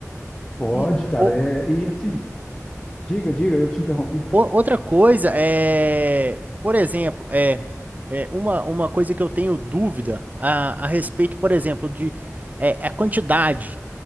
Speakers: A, on the left; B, on the right.
A: pode,
B: E
A: cara.
B: o-
A: É, e assim, diga, diga, eu te interrompi.
B: o- outra coisa é, por exemplo, é, é uma, uma coisa que eu tenho dúvida a, a respeito, por exemplo, de é, a quantidade.